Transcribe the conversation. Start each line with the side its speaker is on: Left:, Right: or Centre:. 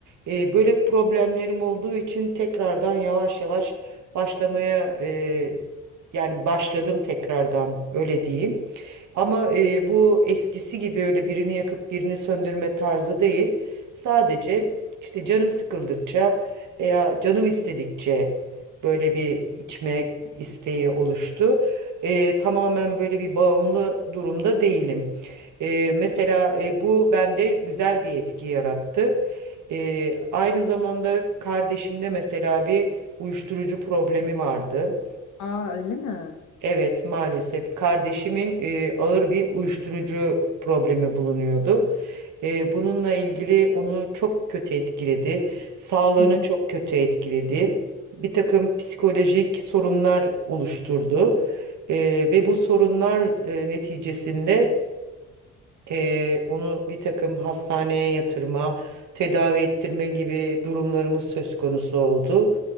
Right: E, böyle problemlerim olduğu için tekrardan yavaş yavaş başlamaya e, yani başladım tekrardan öyle diyeyim. Ama e, bu eskisi gibi öyle birini yakıp birini söndürme tarzı değil. Sadece işte canım sıkıldıkça veya canım istedikçe böyle bir içme isteği oluştu. E, tamamen böyle bir bağımlı durumda değilim. E, mesela e, bu bende güzel bir etki yarattı. E, aynı zamanda kardeşimde mesela bir uyuşturucu problemi vardı.
Left: Aa öyle mi?
Right: Evet maalesef kardeşimin e, ağır bir uyuşturucu problemi bulunuyordu. E, bununla ilgili onu çok kötü etkiledi. Sağlığını
Left: Hı hı.
Right: çok kötü etkiledi. Bir takım psikolojik sorunlar oluşturdu. E, ve bu sorunlar e, neticesinde e, onu bir takım hastaneye yatırma, tedavi ettirme gibi durumlarımız söz konusu oldu.